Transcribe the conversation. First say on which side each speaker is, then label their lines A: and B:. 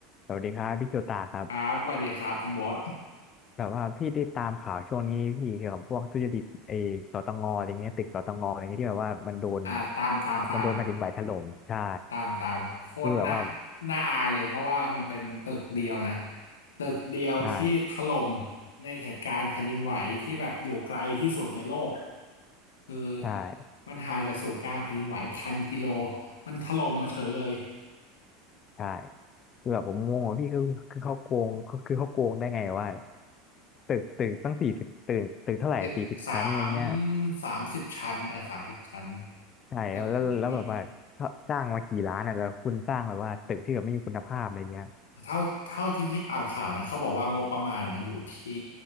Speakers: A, on the left; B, on the left.
A: สวัสดีครับพี่โชตาครับ
B: ครับสวัสดีครับทั้องโบท
A: แบบว่าพี่ได้ตามข่าวช่วงนี้พี่เกี่ยวกับพวกทุจริตไอ้สตงอะไรเงี้ยตึกสตงอะไรเงี้ยที่แบบว่ามันโดน
B: อ่าตามตาม ตาม
A: มันโดนแผ่นดินไหวถล่มใช่
B: ตาม ตามโคตรน่า
A: คือแบบว่า
B: น่าอายเลยเพราะว่ามันเป็นตึกเดียวนะ ตึกเดียวที่ถล่ม
A: ใช่
B: ในเหตุการณ์แผ่นดินไหวที่แบบอยู่ไกลที่สุดในโลกคือ
A: ใช่
B: มันห่างจากศูนย์กลางแผ่นดินไหว พันกิโล มันถล่มมาเฉยเลย
A: ใช่คือแบบผมงงว่าพี่คือคือเขาโกงคือคือเขาโกงได้ไงว่าตึกตึกตั้งสี่สิบตึกตึกเท่าไหร่สี่สิบชั้นอะไรเงี้ย
B: เจ็ดสามสามสิบชั้นอ่าสามสิบชั้น
A: ใช่แล้วแล้วแล้วแบบว่า
B: แล้วมี
A: สร้างมากี่ล้านอ่ะแล้วคุณสร้างแบบว่าตึกที่แบบไม่มีคุณภาพอะไรเงี้ย
B: เท่าเท่าที่พี่ตามข่าวนะเขาบอกว่างบประมาณมันอยู่ที่